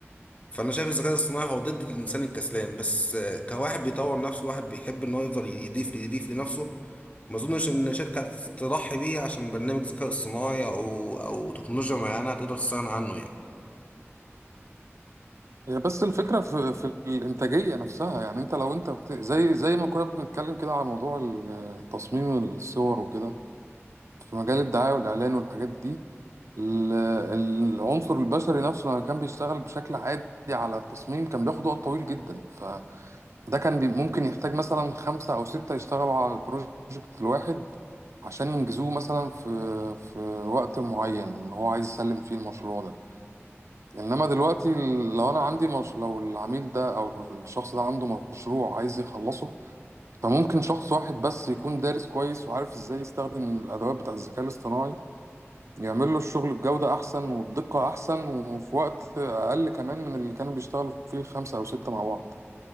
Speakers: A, on the left; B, on the right.
A: فانا شايف الذكاء الاصطناعي هو ضد الانسان الكسلان بس آه، كواحد بيطور نفسه واحد بيحب ان هو يفضل يضيف يضيف لنفسه ما اظنش ان شركه تضحي بيه عشان برنامج ذكاء اصطناعي او او تكنولوجيا معينه هتقدر تستغنى عنه يعني
B: هي بس الفكرة في, في الإنتاجية نفسها يعني أنت لو أنت بت... زي زي ما كنا بنتكلم كده على موضوع ال- تصميم الصور وكده في مجال الدعاية والإعلان والحاجات دي ال- العنصر البشري نفسه لما كان بيشتغل بشكل عادي على التصميم كان بياخد وقت طويل جدا فده كان بي... ممكن يحتاج مثلا خمسة أو ستة يشتغلوا على البروجكت الواحد عشان ينجزوه مثلا في في وقت معين هو عايز يسلم فيه المشروع ده انما دلوقتي لو انا عندي مش... لو العميل ده او الشخص ده عنده مشروع عايز يخلصه فممكن شخص واحد بس يكون دارس كويس وعارف ازاي يستخدم الادوات بتاع الذكاء الاصطناعي يعمل له الشغل بجودة احسن وبدقة احسن وفي وقت اقل كمان من اللي كانوا بيشتغلوا فيه الخمسة او ستة مع بعض